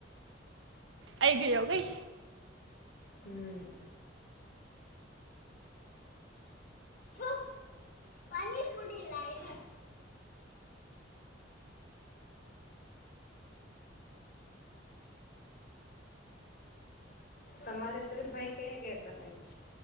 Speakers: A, on the right (about 70°); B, on the left (about 50°).
A: આઈ ગયો જાગઈ
B: હમ્ ચુપ પનીપુડી લઈ <unintelligible> તમારે ભાઈ ભાઈ કયા ગયા ત